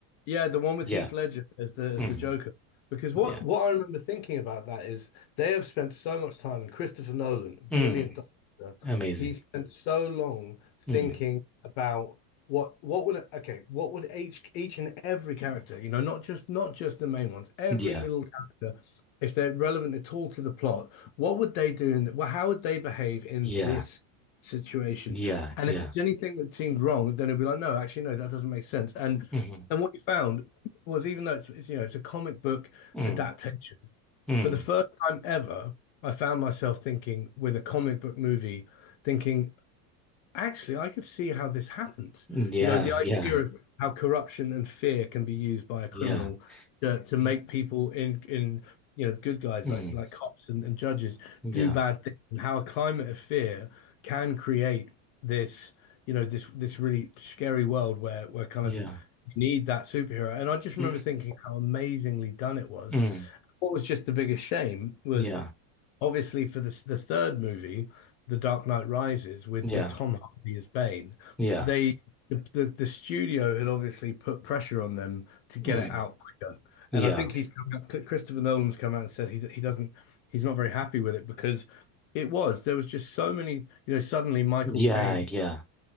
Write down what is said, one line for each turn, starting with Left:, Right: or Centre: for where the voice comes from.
Left: Yeah, the one with
Centre: Yeah.
Left: Heath Ledger as the as
Centre: hmm
Left: the Joker. Because
Centre: Yeah.
Left: what what I remember thinking about that is they have spent so much time, and Christopher Nolan,
Centre: Mm.
Left: brilliant director,
Centre: Amazing.
Left: he spent so long thinking
Centre: Mm.
Left: about what what would okay, what would each each and every character, you know, not just not just the main ones, every
Centre: Yeah.
Left: little character, if they're relevant at all to the plot, what would they do in well, how would they behave in
Centre: Yeah.
Left: this situation?
Centre: Yeah.
Left: And
Centre: Yeah.
Left: if there's anything that seemed wrong, then it'd be like, no, actually, no, that doesn't make sense. And
Centre: hmm
Left: and what you found was, even though it's, it's you know it's a comic book
Centre: Mm.
Left: adaptation,
Centre: Mm.
Left: for the first time ever, I found myself thinking with a comic book movie, thinking Actually, I could see how this happens.
Centre: Yeah.
Left: You know, the idea
Centre: Yeah.
Left: of how corruption and fear can be used by a criminal
Centre: Yeah.
Left: to, to make
Centre: Y-
Left: people in in you know good guys
Centre: Mm.
Left: like like cops and, and judges
Centre: Yeah.
Left: do bad things, and how a climate of fear can create this you know this this really scary world where where kind
Centre: Yeah.
Left: of you need that superhero. And I just
Centre: <clears throat>
Left: remember thinking how amazingly done it was.
Centre: Mm.
Left: What was just the biggest shame was
Centre: Yeah.
Left: obviously for this, the third movie, The Dark Knight Rises, with
Centre: Yeah.
Left: with Tom Hardy as Bane,
Centre: Yeah.
Left: they the, the the studio had obviously put pressure on them to get
Centre: Mm.
Left: it out quicker.
Centre: Yeah.
Left: And I think he's come out, Christopher Nolan's come out and said he he doesn't he's not very happy with it because it was there was just so many, you know, suddenly Michael
Centre: Yeah,
Left: Caine
Centre: yeah.